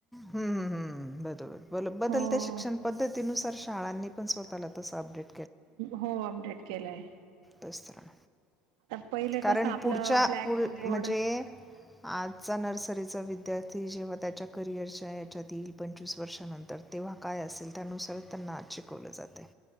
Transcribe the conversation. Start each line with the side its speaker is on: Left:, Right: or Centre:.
Centre: हं, हं, हं. बरोबर बदलत्या
Right: हो.
Centre: शिक्षण पद्धतीनुसार शाळांनी पण स्वतःला तसं अपडेट.
Right: हो अपडेट केलाय.
Centre: बस्तरण.
Right: पहिले
Centre: कारण
Right: कसं आपलं
Centre: पुढच्या
Right: ब्लॅक
Centre: पुढ
Right: बोर्ड
Centre: म्हणजे आजचा नर्सरीचा विद्यार्. जेव्हा त्याच्या करिअरच्या याच्यातील पंचवीस वर्षानंतर तेव्हा काय असेल त्यानुसारच त्यांना. शिकवलं जाते.